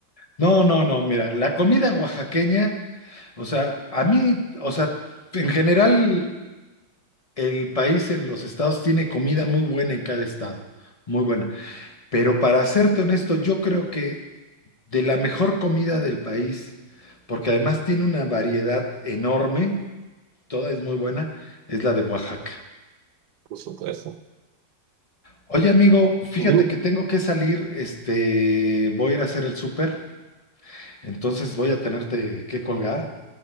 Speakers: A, on the left; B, on the right.
A: no, no, no, mira, la comida oaxaqueña, o sea, a mí, o sea, en general. El país en los estados tiene comida muy buena en cada estado, muy buena. Pero para serte honesto, yo creo que de la mejor comida del país, porque además tiene una variedad enorme, toda es muy buena, es la de Oaxaca.
B: por supuesto.
A: Oye, amigo, fíjate
B: Dime.
A: que tengo que salir, este, voy a ir a hacer el súper, entonces voy a tenerte que colgar.